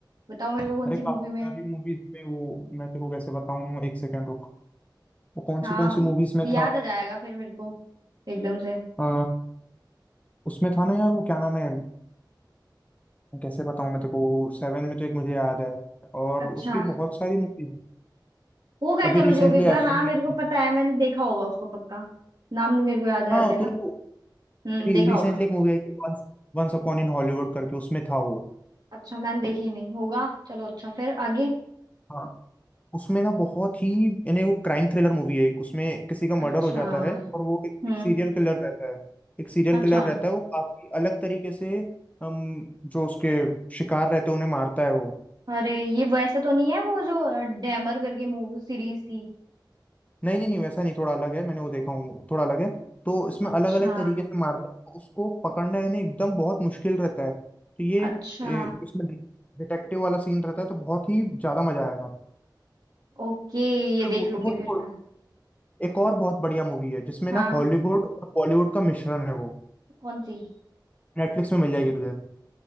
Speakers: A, on the right; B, on the left.
A: बताओ मेरे को कौन
B: अरे
A: सी
B: काफी
A: मूवी में है?
B: सारी मूवीज पे वो मैं तेरे को कैसे बताऊं एक सेकंड रुक वो कौन
A: हाँ
B: सी कौन सी मूवीज में
A: याद
B: था
A: आ जाएगा फिर मेरे को एकदम से
B: अ, उसमें था ना यार वो क्या नाम है कैसे बताऊं मैं तेरे को सेवन में तो एक मुझे याद है और
A: अच्छा
B: उसकी बहुत सारी मूवीज
A: होगा
B: अभी
A: चलो
B: रिसेंटली
A: जो भी ब-
B: एफ
A: हाँ
B: वन
A: मेरे
B: आई थी
A: को पता है मैंने देखा होगा उसको पक्का नाम नहीं मेरे को याद रहते
B: हाँ
A: ना
B: तूने वो
A: हम्म
B: रिसेंटली
A: देखा होगा
B: एक मूवी आई थी वंस अपॉन इन हॉलीवुड करके उसमें था वो
A: अच्छा मैंने देखी नहीं होगा चलो अच्छा फिर आगे
B: हाँ उसमें ना बहुत ही यानी वो क्राइम थ्रिलर मूवी है एक उसमें किसी का मर्डर
A: अच्छा
B: हो जाता है और वो एक,
A: हम्म
B: एक सीरियल किलर रहता है एक सीरियल
A: अच्छा
B: किलर रहता है वो काफी अलग तरीके से हम जो उसके शिकार रहते हैं उन्हें मारता है वो
A: अरे ये वैसा तो नहीं है वो जो अ, डैमर करके मूवी सीरीज थी
B: नहीं नहीं नहीं वैसा नहीं थोड़ा अलग है मैंने वो देखा हूँ थोड़ा अलग है तो इसमें
A: अच्छा
B: अलग अलग तरीके से मारता है तो उसको पकड़ना यानी एकदम बहुत मुश्किल रहता है तो ये
A: अच्छा
B: ए, इसमें डिटेक्टिव वाला सीन रहता है तो बहुत ही ज्यादा मजा आएगा
A: ओके ये देख
B: वो
A: लूंगी फिर
B: वो
A: मैं
B: एक और बहुत बढ़िया मूवी है जिसमें
A: हाँ
B: ना हॉलीवुड और बॉलीवुड का मिश्रण है वो
A: कौन सी
B: नेटफ्लिक्स में मिल जाएगी तुझे